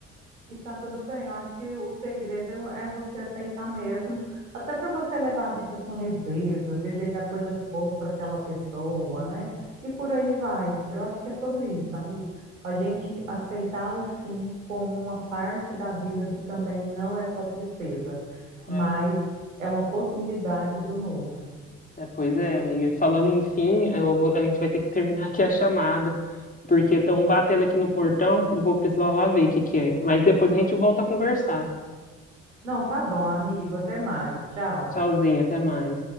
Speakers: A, on the right (about 85°); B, on the left (about 20°).
A: E tá tudo bem, eu acho que o segredo é você aceitar mesmo, até para você levar a vida com leveza, desejar coisas boas para aquela pessoa, né? E por aí vai. Eu acho que é sobre isso, amigo. A gente aceitar o fim como uma parte da vida que também não é só tristeza, mas
B: É,
A: é uma possibilidade do novo.
B: é, pois é, amiga. Falando enfim, eu vou- a gente vai ter que terminar aqui a chamada. porque estão batendo aqui no portão. Eu vou precisar lá ver o que que é. Mas depois a gente volta a conversar.
A: Não, tá bom, amigo, até mais. Tchau.
B: Tchauzinho, até mais.